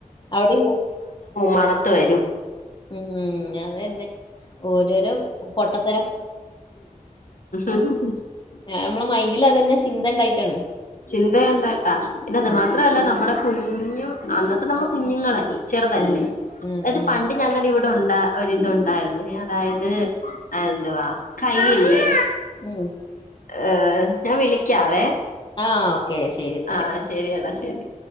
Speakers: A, on the left; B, on the left.
A: അവിടെയും
B: മണത്ത വരും
A: ഉം അത തന്നെ ഓരോരോ പൊട്ടത്തരം
B: ഉ
A: നമ്മെ മൈന്ഡിൽ അത്തന്നെ ചിന്ത ഉണ്ടായിട്ടാണ്
B: ചിന്തയുണ്ടായിട്ടാ പിന്നെ അത്
A: ഉം.
B: മാത്രല്ല നമ്മുടെ കുഞ്ഞു അന്നത്തെ നമ്മെ കുഞ്ഞുങ്ങളല്ലേ ചെറുതല്ലേ
A: ആ ഉം,
B: അത്
A: ഉം.
B: പണ്ട് ഞങ്ങളുടെ ഇവിടെ ഉണ്ട ഒരിതുണ്ടായിുന്നേ അതായത് എന്തുവാ കൈയില്ലേ
A: ഉം.
B: ഏർ ഞാൻ വിളിക്കാവേ
A: ആ, ഓക്കെ ശരി എന്നാല്
B: ആഹ ശരിയടാ ശരി